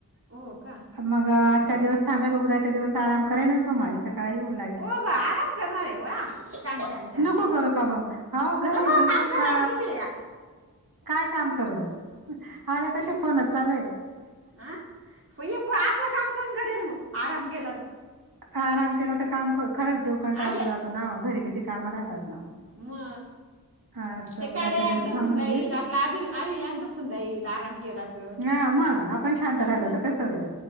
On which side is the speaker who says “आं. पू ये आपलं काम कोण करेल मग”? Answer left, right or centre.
Right